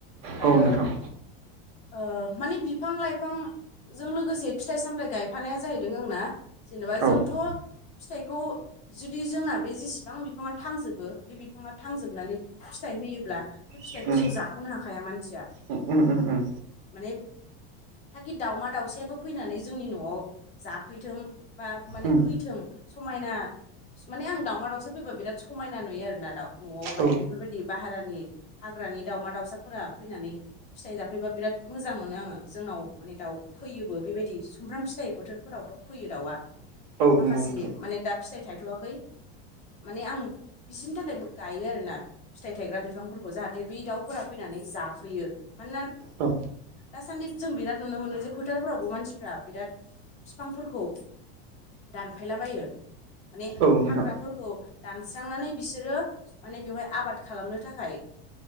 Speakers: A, on the left (about 25°); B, on the right (about 65°).
A: आरो
B: औ नोंथां
A: आ माने बिफां लाइफांजों लोगोसे फिथाइ सामथाय गायफानाया जाहैदों। आंना जेनेबा जोंथ'
B: औ
A: फिथाइखौ जुदि जोंना बे जेसेबां बिफाङा थांजोबो। बे बिफाङा थांजोबनानै फिथाइ होयोब्ला बे फिथाइखौ
B: औ
A: जों जाख'नो हाखाया मानसिया
B: उम उम उम
A: माने थाखि दावमा दाउसयाबो फैनानै जोंनि न'आव जाफैथों बा माने
B: उम
A: फैथों समायना माने आं दावमा दाउसि फैबा बिराद समायना नुयो आरोना दाउ न'आव माने
B: उम औ
A: बेफोरबायदि बाहेरानि हाग्रा हाग्रानि दाउमा दाउसाफोरा फैनानै फिथाइ जाफैबा बिराद मोजां मोनो आङो जोंनाव माने दाउ फैयो बेबायदि सुमब्राम फिथाइ बोथोरफोरावथ' फैयो दाउआ
B: औ
A: माखासे
B: नंगौ नोंथां
A: माने दा फिथाइ थायथ'वाखै माने आं बिसोरनि थाखायबो गायो आरोना फिथाइ थायग्रा बिफांफोरखौ जाहाथे बे दाउफोरा फै नानै जाफैयो मानोना
B: औ
A: दासान्दि जों बिराद नुनो मोनो जे फोथारफोरावबो मानसिफ्रा बिराद बिफांफोरखौ दानफायलाबायो माने
B: औ नोंथां
A: हाग्राफोरखौ दानस्रांनानै बिसोरो माने बेवहाय आबाद खालामनो थाखाय